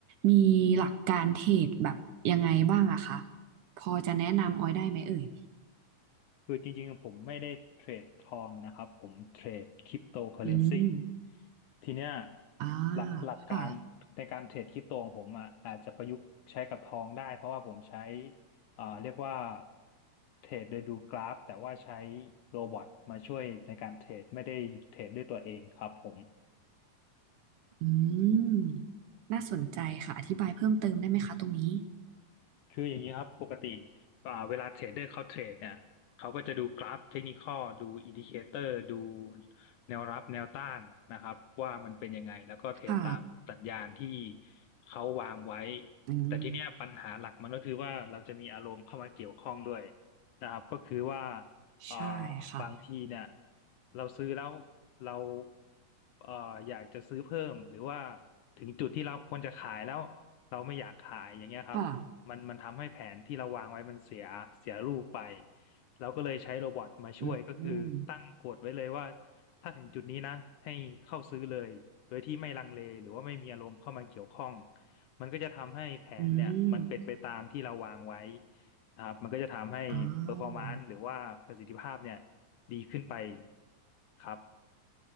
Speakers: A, on the right; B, on the left.
A: มีหลักการเทรดแบบยังไงบ้างอะคะ พอจะแนะนำออยได้ไหมเอ่ย
B: คือจริงๆผมไม่ได้เทรดทองนะครับผมเทรดคริปโตเคอเรนซี
A: อืม
B: ทีเนี้ย
A: อ่า
B: หลักหลักการในการเทรดคริปโตของผมอ่ะอาจจะประยุกต์ใช้กับทองได้เพราะว่าผมใช้
A: ค่ะ
B: อ่าเรียกว่าเทรดโดยดูกราฟแต่ว่าใช้โรบอทมาช่วยในการเทรดไม่ได้เทรดด้วยตัวเองครับผม
A: อืม น่าสนใจค่ะ อธิบายเพิ่มเติมได้ไหมคะตรงนี้
B: คืออย่างนี้ครับปกติอ่าเวลาเทรดเดอร์เขาเทรดเนี่ยเขาก็จะดูกราฟเทคนิคอลดูอินดิเคเตอร์ดูแนวรับแนวต้านนะครับว่ามันเป็นยังไงแล้วก็เทรดตามสัญญาณที่
A: ค่ะ
B: เขาวางไว้
A: อืม
B: แต่ทีเนี้ยปัญหาหลักมันก็คือว่าเราจะมีอารมณ์เข้ามาเกี่ยวข้องด้วยนะครับก็คือว่าเอ่อ
A: ใช่ค่ะ
B: บางทีเนี่ยเราซื้อแล้วเราเอ่ออยากจะซื้อเพิ่มหรือว่าถึงจุดที่เราควรจะขายแล้วเราไม่อยากขายอย่างเงี้ยครับ
A: ค่ะ
B: มันมันทำให้แผนที่เราวางไว้มันเสียเสียรูปไปเราก็เลยใช้โรบอทมาช่วยก็คือตั้งกฎไว้เลยว่า
A: อืม
B: ถ้าถึงจุดนี้นะให้เข้าซื้อเลยโดยที่ไม่ลังเลหรือว่าไม่มีอารมณ์เข้ามาเกี่ยวข้อง มันก็จะทำให้แผนเนี่ยมันเป็นไปตามที่เราวางไว้
A: อืม
B: นะครับมันก็จะทำให้เปอร์ฟอร์มนซ์หรือว่าประสิทธิภาพเนี่ย
A: อ๋อ
B: ดีขึ้นไปครับ